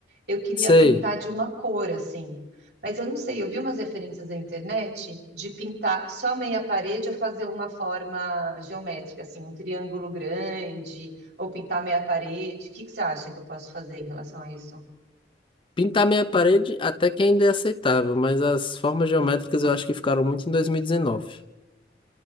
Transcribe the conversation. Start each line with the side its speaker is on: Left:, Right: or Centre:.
Right: eu queria
Left: sei.
Right: pintar de uma cor, assim. Mas eu não sei, eu vi umas referências na internet de pintar só meia parede ou fazer uma forma geométrica, assim, um triângulo grande, ou pintar meia parede. O que que você acha que eu posso fazer em relação a isso?
Left: Pintar minha parede até que ainda é aceitável, mas as formas geométricas eu acho que ficaram muito em 2019.